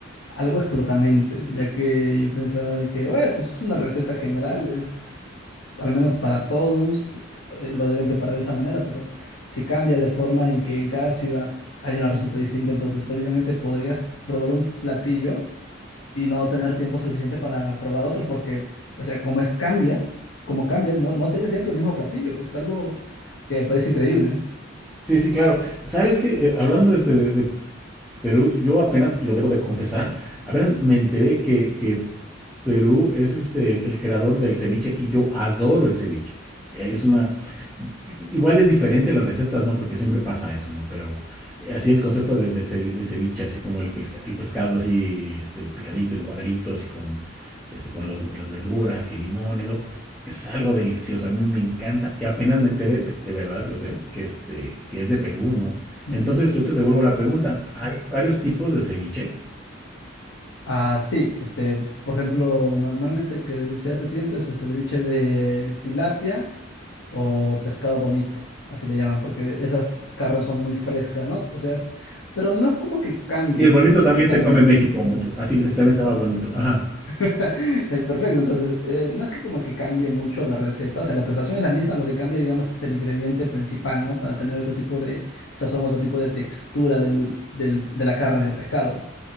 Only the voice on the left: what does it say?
algo explotamentes, ya que yo pensaba de que, oye, pues es una receta general, es al menos para todos, eh, lo deben preparar de esa manera, pero si cambia de forma en que en cada ciudad hay una receta distinta, entonces prácticamente podrías probar un platillo y no tener tiempo suficiente para probar otros, porque, o sea, como es cambia, como cambia, no, no sería siempre el mismo platillo, es algo que me parece increíble. ¿eh?
Mm.
Ah, sí, este, por ejemplo, normalmente el que se hace siempre es el ceviche de tilapia o pescado bonito, así le llaman, porque esas carnes son muy frescas, ¿no? O sea, pero no es como que cambie
totalmente.
<laughs>
Eh, Perfecto, entonces, eh, no es que como que cambie mucho la receta, o sea, la preparación es la misma, lo que cambia, digamos, es el ingrediente principal, ¿no? Para tener otro tipo de sazón, otro tipo de textura del, del- de la carne, del pescado.